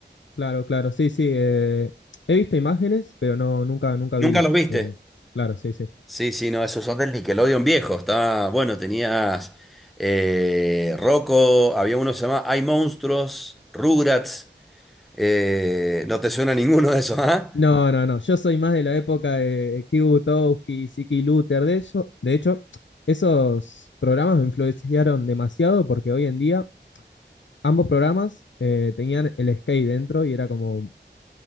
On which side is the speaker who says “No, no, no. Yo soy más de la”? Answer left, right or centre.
Left